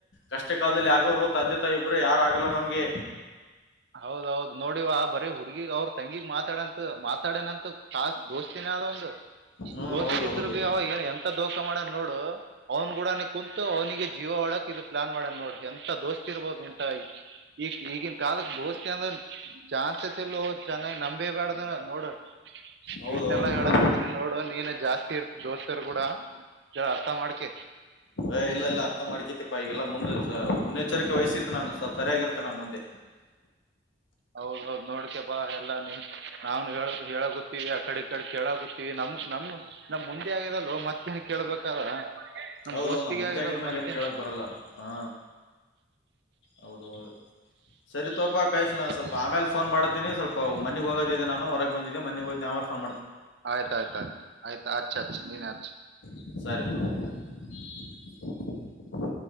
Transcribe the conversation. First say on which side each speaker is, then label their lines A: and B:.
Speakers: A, on the left (about 80°); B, on the right (about 60°).
A: ಕಷ್ಟ ಕಾಲದಲ್ಲಿ ಯಗೋರು ತಂದೆ ತಾಯಿ ಒಬರ ಯಾರಾಗಲ್ಲ ನಮಗೆ
B: ಹೌದೌದ್ ನೋಡಿವಾ ಬರೀ ಹುಡ್ಗಿಗ್ ಅವ್ರ ತಂಗಿಗ್ ಮಾತಾಡಂತ ಮಾತಾಡನಂತ ಕಾಸ ದೋಸ್ತಿನಿ ಅದ ಒಂದು
A: ಹ್ಮ್
B: ಯೋಸ್
A: ಹೌದೌದು
B: ಇದ್ರು ಬಿ ಅವ ಎಂತ ದೋಖ ಮಾಡ ನೋಡು ಅವ್ನ ಗೂಡನ ಕುೂಂತು ಅವನಿಗೆ ಜೀವ ೋಡಕ್ ಇದು ಪ್ಲಾನ್ ಮಾಡಣ ನೋಡ ಎಂತ ದೋಸ್ತಿ ಇರ್ಬೋದು ಎಂಟಾಯ ಈಗ ಈಗಿನ ಕಾಲಕ್ಕೆ ದೋಸ್ಕೆ ಅಂದ ಚಾನ್ಸಸ್ ಎಲ್ಲೋ ಚೆನ್ನಾಗಿ್ ನಮ ಬೇ ಬೇಡ್ದ ನೋಡು
A: ಹೌದೌದು
B: ಇಷ್ಟೆಲ್ಲಾ
A: ಹೌದು
B: ಹೇಳಕತೀಿನಿ ನೋಡು ನೀನ್ ಜಾಸ್ತಿ ಇರ್ತ್ ದೋಸ್ತರು ಕೂಡ ಜ ಅರ್ಥ ಮಾಡ್ಕೆ
A: ಏ ಇಲ್ಲ ಇಲ್ಲ ಅರ್ಥ ಮಾಡ್ಕತಿಪ್ಪ ಈಗೆಲ್ಲ ಮುಂದ್ ಮುನ್ನೆಚ್ಚರಿ ವಹಸಿದ್ದ ನಾನು ಸ್ವಲ್ಪ ಸರಿಯಾಗಿರ್ತ್ತೆ ನ ಮುಂದೆ
B: ಹೌದೌದ್ ನೋಡ್ಿಕಪ್ಪಾ ಎಲ್ಲಾ ನೀ ನಾವನ್ ಹೇಳ ಹೇಳ ಗೊತ್ತೀವಿ ಆಕಡೆ ಈ ಕಡೆ ಕೇಳಕತ್ತೀವಿ ನಮ್ ನಮ ನಮ್ ಮುಂದೆ ಆಗಿದಲ್ಲು ಮತ್ತೇನ್ ಕೇಳ್ಬೇಕಲ್ಲ ನಮ
A: ಹೌದು
B: ದೋಸ್ತಿಗೆ
A: ನಾ ಮುಂದೆ
B: ಆಗ್ಯದಲ್ಲ
A: ಆಗಿದ್ಮ್ಯಾಗ
B: ಮತ್ತೇನ್
A: ಏನ್ ಕೇಳಕ್ ಬರಲ್ಲ ಹಾ ಹೌದೌದು ಸರಿ ತೋಪಾ ಕೈಫ್ ನಾ ಸ್ವಲ್ಪ
B: ಹೌದ
A: ಆಮೇಲೆ ೋನ್ ಮಾಡಿದ್ದೀನ ಸ್ವಲ್ಪ ಮನೆಗ್ ಹೋಗೋದಿದೆ ನಾವು ಬ
B: ಆಯ್ತ್ ಆಯ್ತ್ ಆಯ್ತ್ ಆಯ್ತ್ ಹಚ್ ಹಚ್ ನೀನ್ ಹಚ್.
A: ಆ <unintelligible>